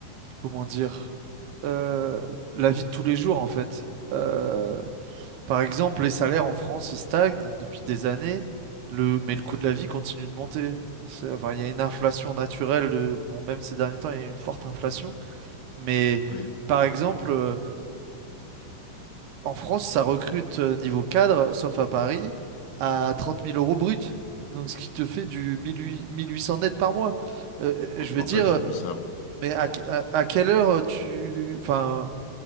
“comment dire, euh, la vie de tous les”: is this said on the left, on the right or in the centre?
Right